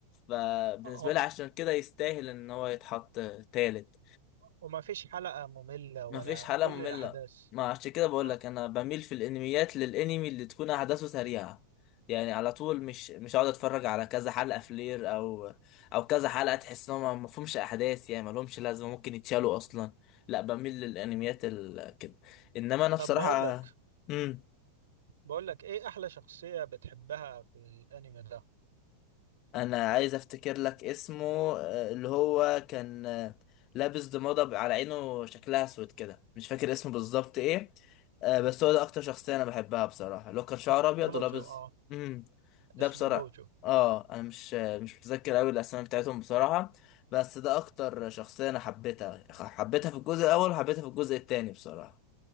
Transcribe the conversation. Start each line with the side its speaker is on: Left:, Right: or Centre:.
Left: فبالنسبة
Right: آه،
Left: لي عشان كده يستاهل ان هو يتحط تالت
Right: وما فيش حلقه ممله ولا
Left: ما فيش حلقة
Right: كل
Left: مملة
Right: الاحداث
Left: ما عشان كده بقول
Right: اه
Left: لك انا بميل في الانميات للانمي اللي تكون احداثه سريعة يعني على طول مش مش هقعد اتفرج على كذا حلقة فلير او او كذا حلقة تحس انهم ما فيهمش احداث يعني ما لهمش لازمة ممكن يتشالوا اصلا لا بميل للانميات ال... كده انما انا بصراحة
Right: طب بقول لك
Left: امم
Right: بقول لك ايه احلى شخصيه بتحبها في الانمي ده
Left: انا عايز افتكر لك اسمه آه، اللي هو كان آه، لابس ضمادة على عينه شكلها اسود كده مش فاكر اسمه بالظبط ايه آه، بس هو ده اكتر شخصية انا بحبها بصراحة اللي هو كان شعره ابيض
Right: جوجو
Left: ولابس
Right: اه
Left: امم ده
Right: اسمه
Left: بصراحة
Right: جوجو
Left: اه انا مش آه، مش متذكر قوي الاسماء بتاعتهم بصراحة بس ده اكتر شخصية انا حبيتها حبيتها في الجزء الاول وحبيتها في الجزء التاني بصراحة